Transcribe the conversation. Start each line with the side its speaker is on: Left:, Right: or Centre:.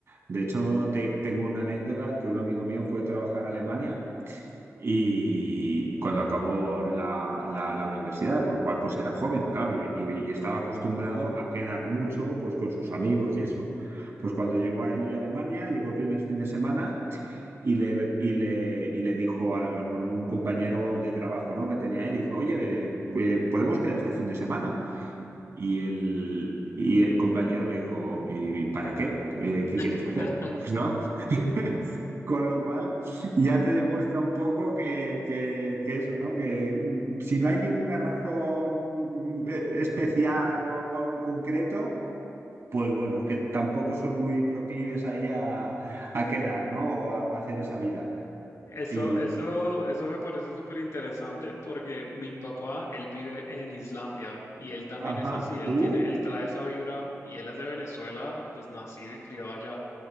Right: De hecho, te- tengo una anécdota que un amigo mío fue a trabajar a Alemania y cuando acabó la, la- la universidad, con lo cual pues era joven, claro, y, y- y estaba acostumbrado a quedar mucho pues con sus amigos y eso. Pues cuando llegó allí a Alemania, llegó el primer fin de semana y le, y le, y le dijo al, bueno, un compañero de trabajo, ¿no? que tenía él, dijo, oye, eh, eh, ¿podemos quedar este fin de semana? Y el, y el compañero le dijo, ¿y para qué? ¿Qué, qué quieres
Left: <laughs>
Right: hacer? <laughs> ¿No? <laughs> Con lo cual ya te demuestra un poco que, que- que eso, ¿no? Que mm, si no hay ninguna razón mm, e- especial o, o algo concreto, pues bueno, que tampoco son muy proclives ahí a, a quedar, ¿no? O a, o a hacer esa vida.
Left: Eso,
Right: Y,
Left: eso, eso me parece súper interesante porque mi papá, él vive en Islandia y él también
Right: ajá,
Left: es así, él
Right: uh,
Left: tiene, él trae esa vibra y él es de Venezuela, pues nacido y criado allá.